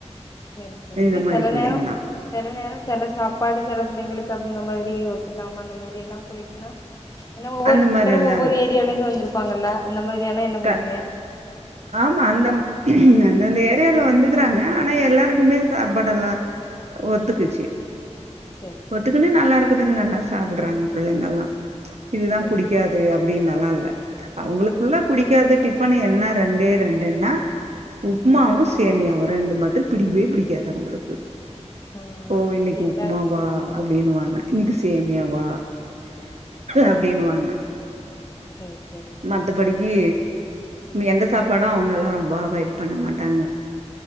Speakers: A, on the left (about 30°); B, on the right (about 65°).
A: சேரி சேரி
B: இந்த
A: இல்ல
B: மாரி
A: செல
B: புள்ளைங்க
A: நேரோ
B: தா
A: செல நேரோ செல சாப்பாடு செல புள்ளைங்களுக்கு அப்டி இந்த மாரி ஒத்துக்காம அந்த மாரி எல்லா போயிட்டுன்னா ஏன்னா ஒவ்வொருத்தரு
B: அந்த மாரி எல்லா
A: ஒவ்வொரு
B: இல்ல
A: ஏரியாலருந்து வந்திருப்பாங்கல்ல அந்த மாரியானா என்ன பண்ணுவீங்க
B: க ஆமா அந்தம் அந்தந்த ஏரியால வந்துக்குறாங்க ஆனா எல்லாருக்குமே சாப்பாடெல்லா ஒத்துக்குச்சு
A: சரி
B: ஒத்துக்குனு
A: சரி
B: நல்லா இருக்குதுன்னு நல்லா சாப்புட்றாங்க புள்ளைங்கல்லா இதுதா
A: சரி
B: புடிக் காது அப்டின்னல்லா இல்ல அவுங்களுக்குள்ள புடிக்காத டிஃபன் என்னா ரெண்டே ரெண்டுன்னா உப்மாவு
A: ஆ
B: சேமியாவு ரெண்டு மத்ரு புடிக்கவே புடிக்காது அவுங்களுக்கு
A: ஆ
B: ஓ இன்னைக்கி
A: அது எல்லாருக்கு
B: உப்மாம் அப்படின்னு வாங்க இன்னைக்கு சேமியாவா அப்படினுவாங்க
A: சரி சரி
B: மத்தபடிக்கு எந்த சாப்பாடும் அவங்க எல்லாம் ரொம்ப அவாய்ட் பண்ண மாட்டாங்க